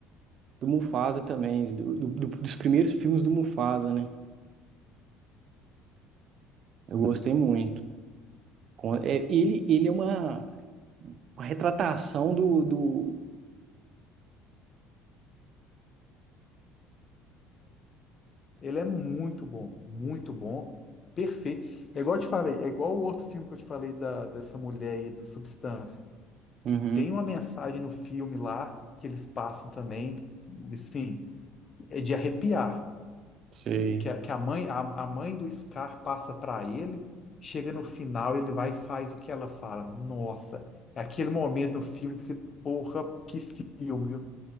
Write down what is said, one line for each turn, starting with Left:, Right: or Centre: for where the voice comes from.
Right: do Mufasa também, do, do- do- dos primeiros filmes do Mufasa, né? Eu gostei muito. Com- é, ele, ele é uma, uma retratação do, do...
Left: Ele é muito bom, muito bom, perfeito. É igual eu te falei, é igual o outro filme que eu te falei da, dessa mulher aí do Substância.
Right: Uhum,
Left: Tem uma mensagem no filme lá que eles passam também, e sim, é de arrepiar.
Right: sei.
Left: E Que, a- que a mãe, a, a mãe do Scar passa para ele, chega no final, ele vai e faz o que ela fala. Nossa, é aquele momento no filme que você, porra, que filme, viu?